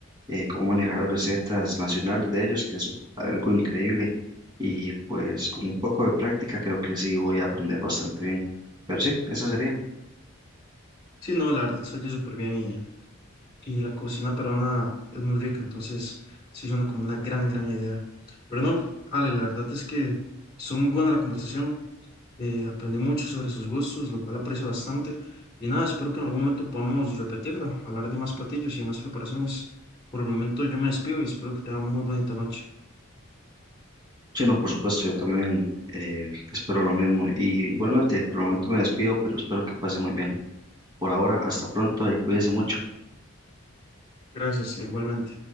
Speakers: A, on the right; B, on the left.
A: eh, cómo manejar las recetas nacionales de ellos, que es algo increíble, y pues con un poco de práctica creo que sí voy a aprender bastante bien, pero sí, esa sería.
B: Sí, no, la verdad se oye súper bien y, y la cocina peruana es muy rica, entonces sí suena como una gran, gran idea. Pero no, Ale, la verdad es que estuvo muy buena la conversación, eh, aprendí mucho sobre sus gustos, lo cual aprecio bastante y nada, espero que en algún momento podamos repetirla, hablar de más platillos y de más preparaciones. Por el momento yo me despido y espero que tenga muy bonita noche.
A: Sí, no, por supuesto, yo también eh, espero lo mismo. Y igualmente, por el momento me despido, pero espero que pase muy bien. Por ahora, hasta pronto y cuídese mucho.
B: Gracias, e igualmente.